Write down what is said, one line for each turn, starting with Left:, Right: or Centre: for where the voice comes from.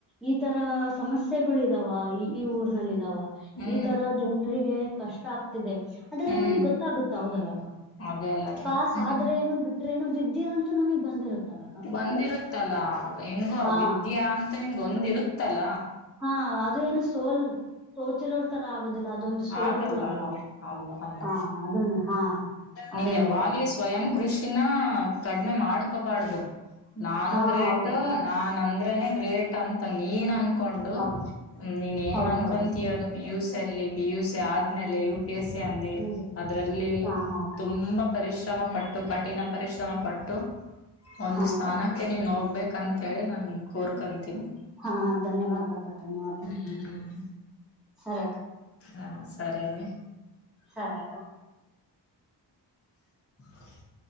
Centre: ಈ ತರ ಸಮಸ್ಯೆಗಳ ಇದಾವ ಈ ಈ ಉರ್ನಲ್ಲಿ ಇದಾವ
Left: ಹೂಂ
Centre: ಈ ತರ ಜನರಿಗೆ ಕಷ್ಟ ಆಗ್ತಿದೆ ಅದೆಲ್ಲಾ
Left: ಹ್ಮ್
Centre: ನಮಗೆ ಗೊತ್ತಾಗುತ್ತ ಹೌದಲ್ಲಕ್ಕ
Left: ಅದೇ ಅಲ್ಲನೆ
Centre: ಪಾಸ್
Left: ಹ್ಮ
Centre: ಆದ್ರೆ ಏನು ಬಿಟ್ಟ ಟ್ರೇನು ವಿದ್ಯಾ ಅಂತ ನಮಗ್ ಬಂದಿರುತ್ತಾನ
Left: ಬಂದಿರುತ್ತಲಾ ಹೆಂಗೋ
Centre: ಹಾ
Left: ವಿದ್ಯಾ ಅಂತ ನಿಮ್ಗೆ ಒಂದಿರುತ್ತಲ
Centre: ಹ ಅದು ಏನ ಸೋಲ್ ಸೋತಿರೋ ತರ ಆಗೋದಿಲ್ಲ ಅದೊಂದು ಸೋಲು
Left: ಆಗಲ್ಲ
Centre: ಕೂಡ ಅಲ್ಲ
Left: ಆಗಲ್ಲ
Centre: ಅಲ್ಲ
Left: ಅಲ್ಲ
Centre: ಹಾ ಅದನ್ನು ಹಾ
Left: ನೀನ್
Centre: ಅದೇ
Left: ಯಾವಾಗ್ಲಿ
Centre: ನೋಡ್ರಿ
Left: ಸ್ವಯಂ ಕೃಷಿನ ಕಡಿಮೆ ಮಾಡ್ಕೋಬಾರ್ದು ನಾನು
Centre: ಹಾ
Left: ಗ್ರೇಟ್
Centre: ಹೌದಕ್ಕ
Left: ನಾನ್ ಅಂದ್ರೇನೆ ಗ್ರೇಟ್ ಅಂತ ನೀನ್ ಅನ್ಕೊಂಡು
Centre: ಹೌದು
Left: ನೀನ್ ಏನ್
Centre: ಹೌದು
Left: ಅನ್ಕೊಂತಿಯೊ
Centre: ಹೌದು
Left: ಅದು ಪಿ ಯು ಸಿ ಅಲ್ಲಿ ಪಿ ಯು ಸಿ ಆದ್ಮೇಲೆೆಯು ಪಿ ಎಸ್ ಸಿ ಅಂದಿರಿ
Centre: ನಿಜ
Left: ಅದ್ರಲ್ಲಿ
Centre: ಹಾ ಹಾ ಅಕ್ಕ,
Left: ತುಂಬಾ ಪರಿಶ್ರಮ ಪಟ್ಟು ಕಠಿಣ ಪರಿಶ್ರಮ ಪಟ್ಟು ಒಂದು
Centre: ಹಾ
Left: ಸ್ಥಾನ
Centre: ಅಕ್ಕ
Left: ಮತ್ತೆ ನೀನ್ ಹೋಗ್ಬೇಕ ಅಂತ ಹೇಳಿ ನಾನ್ ನಿನ್ ಕೋರ್ಕಂತೀನಿ
Centre: ಹಾ ಧನ್ಯವಾದ ಅಕ್ಕ ಧನ್ಯವಾದ
Left: ಹ್ಮ್
Centre: ಸರಿ ಅಕ್ಕ
Left: ಹಾ ಸರಿ ಅಮ್ಮಿ
Centre: ಸರಿ ಅಕ್ಕ
Left: ಹ <unintelligible>